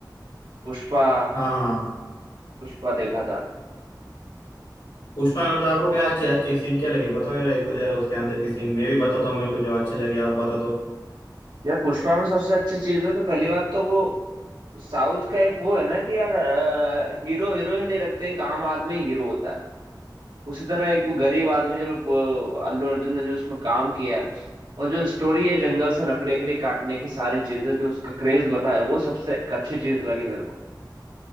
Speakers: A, on the right; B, on the left.
A: पुष्पा
B: हाँ हाँ
A: पुष्पा देखा था
B: पुष्पा में मतलब आपको क्या अच्छे अच्छे सीन क्या लगे बताओ यार एक दो जरा उसके अंदर के सीन मैं भी बताता हूँ मेरे को जो अच्छे लगे आप बता दो
A: यार पुष्पा में सबसे अच्छी चीज है तो पहली बात तो वो साउथ का एक वो है ना कि यार हीरो हीरोइन नहीं रखते एक आम आदमी हीरो होता है उसी तरह एक वो गरीब आदमी जो वो अल्लू अर्जुन ने जो उसमें काम किया है और जो स्टोरी है जंगल से लकड़ी लकड़ी काटने की सारी चीजें जो उसका क्रेज बताया वो सबसे एक अच्छी चीज लगी मेरे को